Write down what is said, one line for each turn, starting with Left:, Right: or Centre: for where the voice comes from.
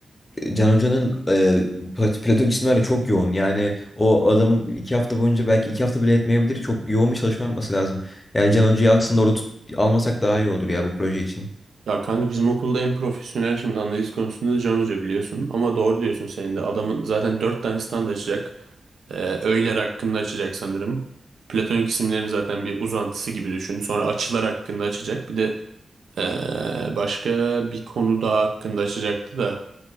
Left: Can Hoca'nın e, Plat- Platon cisimlerle çok yoğun. Yani o adam iki hafta boyunca belki iki hafta bile etmeyebilir. Çok yoğun bir çalışma yapması lazım. Yani Can Hoca'yı aslında orada tut- almasak daha iyi olur ya bu proje için.
Right: Ya kanka bizim okulda en profesyonel şimdi analiz konusunda da Can Hoca biliyorsun. Ama doğru diyorsun senin de. Adamın zaten dört tane stand açacak. Ee, öğeler hakkında açacak sanırım. Platonik isimlerin zaten bir uzantısı gibi düşün. Sonra açılar hakkında açacak. Bir de ee, başka bir konu daha hakkında açacaktı da.